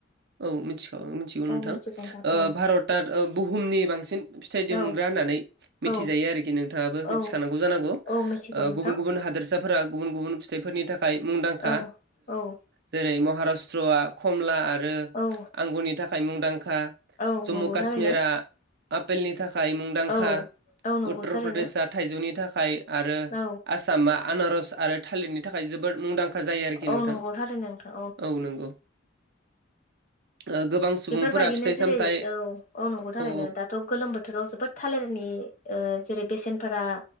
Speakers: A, on the right; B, on the left.
A: औ मिथिख मिथिगौ नोंथां
B: औ मिथिगौ नोंथां औ
A: भारतआ बुहुमनि बांसिन फिथाइ दिहुनग्रा
B: औ
A: होननानै मिथिजायो
B: औ
A: आरोखि नोंथाङाबो मिथिखानांगौ
B: औ
A: जानांगौ
B: औ मिथिगौ नोंथां
A: गुबुन गुबुन हादोरसा गुबुन गुबुन फिथाइफोरनि थाखाय मुंदांखा
B: औ औ
A: जेरै महारास्ट्र अत्रआ खमला आरो
B: औ
A: आंगुरनि थाखाय मुंदांखा
B: औ
A: जम्मु
B: नंगौ
A: कास्मिरा
B: थारैनो
A: आपेलनि थाखाय मुंदांखा
B: औ औ नंगौ
A: उत्तर
B: थारैनो
A: प्रदेशआ थाइजौनि थाखाय आरो
B: औ
A: आसामा आनारस आरो थालिरनि थाखाय जोबोद मुंदांखा। खा जायो आरोखि
B: औ
A: नोंथां
B: नंगौ थारैनो नोंथां
A: औ नंगौ। ओ गोबां सुबुंफोरा
B: बेफोरबायदिनो
A: फिथाइ
B: जेरै
A: सामथाइ
B: औ औ नंगौ थारैनो
A: औ
B: दाथ' गोलोम बोथोराव जोबोद थालिरनि ओ जेरै बेसेनफोरा